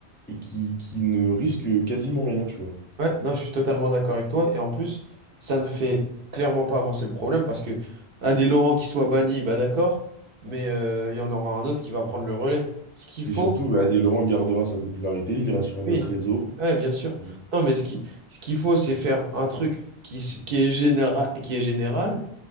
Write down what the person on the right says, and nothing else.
Ouais, non, je suis totalement d'accord avec toi. Et en plus, ça ne fait clairement pas avancer le problème parce que un des Laurent qui soit banni, bah d'accord, mais euh, il y en aura un autre qui va prendre le relais. Ce qu'il
faut,
oui,
ouais, bien sûr.
Non, mais ce qui, ce qu'il faut, c'est faire un truc qui, s- qui est général, qui est général